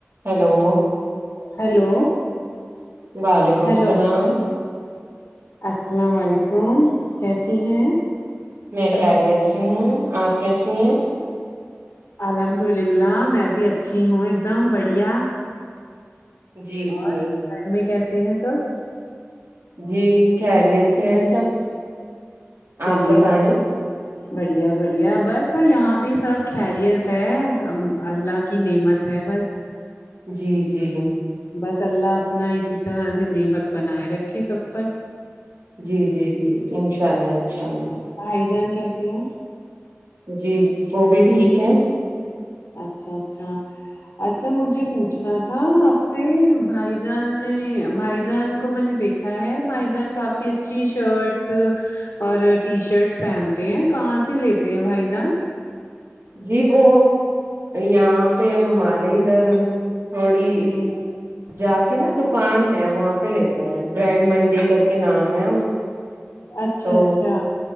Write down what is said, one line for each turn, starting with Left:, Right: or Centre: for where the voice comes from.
Right: hello
Left: hello
Right: وعلیکم
Left: hello
Right: السلام
Left: السلام علیکم کیسی ہیں
Right: میں خیریت سے ہوں آپ کیسی ہیں
Left: الحمد للہ میں بھی اچھی ہوں ایک دم بڑھیا
Right: جی
Left: اور
Right: جی
Left: گھر میں کیسے ہیں سب
Right: جی خیریت سے ہے سب
Left: چلیے
Right: آپ بتائیں
Left: بڑھیا بڑھیا بس یہاں بھی سب خیریت ہے اللہ کی نعمت ہے بس
Right: جی جی
Left: بس اللہ اپنا اسی طرح سے نعمت بنائے رکھے سب پر
Right: جی جی جی انشاء اللہ انشاء اللہ
Left: ہھائی جان کیسے ہیں
Right: جی وہ بھی ٹھیک ہے
Left: اچھا اچھا اچھا مجھے پوچھنا تھا آپ سے بھائی جان نے بھائی جان کو میں نے دیکھ دکھا ہے بھائی جان کافی اچھی شرٹس اور ٹی شرٹ پہنتے ہیں کہاں سے لیتے ہیں بھائی جان
Right: جی وہ یہاں پہ ہمارے ادھر تھوڑی
Left: جی
Right: جا کے نا دوکان ہے وہاں پہ لیتے ہیں برینڈ منڈی کر کے نام ہے
Left: اچھا
Right: تو
Left: اچھا